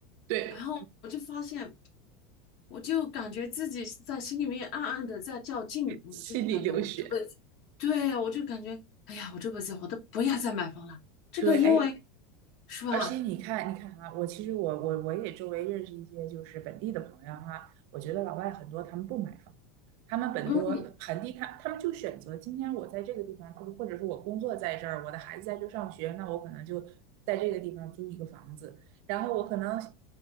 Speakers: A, on the right; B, on the left.
A: 对，
B: 然后我就发现，我就感觉自己在心里面暗暗的在较劲，我就感觉我这辈子，
A: 心里流血，
B: 对，我就感觉，哎呀，我这辈子我都不要再买房了。这个因为
A: 对，哎，
B: 是吧？
A: 而且你看，你看哈，我其实我我我也周围认识一些就是本地的朋友哈，我觉得老外很多他们不买房，他们本多本地他他们就选择今天我在这个地方住，
B: 嗯
A: 或者是我工作在这儿，我的孩子在这儿上学，那我可能就在这个地方租一个房子，然后我可能